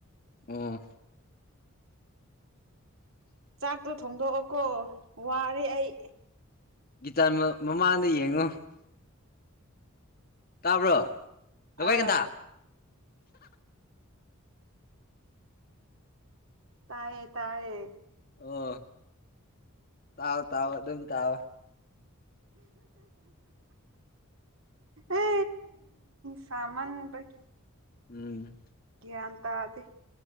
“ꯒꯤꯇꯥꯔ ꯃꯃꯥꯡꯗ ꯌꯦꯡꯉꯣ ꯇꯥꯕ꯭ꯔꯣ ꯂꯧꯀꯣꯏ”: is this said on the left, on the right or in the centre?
Left